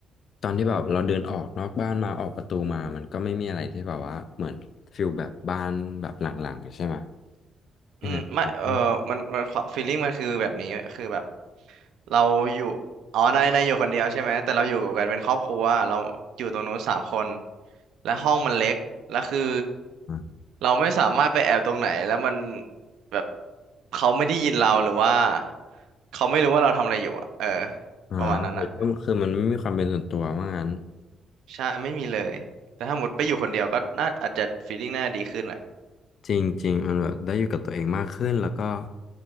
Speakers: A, on the left (about 60°); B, on the right (about 80°).
A: ตอนที่แบบเราเดินออกนอกบ้านมาออกประตูมามันก็ไม่มีอะไรที่แบบว่าเหมือนฟิลแบบบ้านแบบหลังๆใช่ไหม
B: อืมไม่เออมันมันฟีลลิ่งมันคือแบบนี้คือแบบ
A: ยังไงอื
B: เราอยู่อ๋อนายนายอยู่คนเดียวใช่ไหมแต่เราอยู่กันเป็นครอบครัวเราอยู่ตรงนู้นสามคนและห้องมันเล็กแล้วคือ
A: อ่า
B: เราไม่สามารถไปแอบตรงไหนแล้วมันแบบเขาไม่ได้ยินเราหรือว่าเขาไม่รู้ว่าเราทำอะไรอยู่อะเออ
A: อ่าโอเคก็คือมันไม่มีความเป็นส่วนตัวว่างั้น
B: ประมาณนั้นอะใช่ไม่มีเลยแต่ถ้าหมดไปอยู่คนเดียวก็น่าอาจจะฟีลลิ่งน่าดีขึ้นแหละ
A: จริงๆมันแบบได้อยู่กับตัวเองมากขึ้นแล้วก็